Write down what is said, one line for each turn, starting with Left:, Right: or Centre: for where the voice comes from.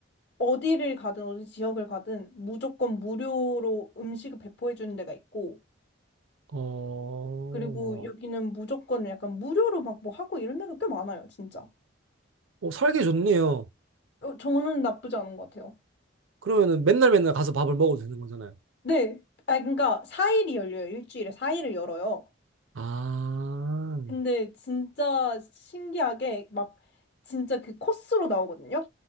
Left: 어디를 가든 어디 지역을 가든 무조건 무료로 음식을 배포해 주는 데가 있고
Right: 어,
Left: 그리고 여기는 무조건 약간 무료로 막 뭐 하고 이런 데가 꽤 많아요, 진짜.
Right: 어, 살기 좋네요.
Left: 어, 저는 나쁘지 않은 것 같아요.
Right: 그러면은 맨날 맨날 가서 밥을 먹어도 되는 거잖아요.
Left: 네. 아, 그러니까 4일이 열려요. 일주일에 4일을 열어요.
Right: 아,
Left: 근데 진짜 신기하게 막 진짜 그 코스로 나오거든요.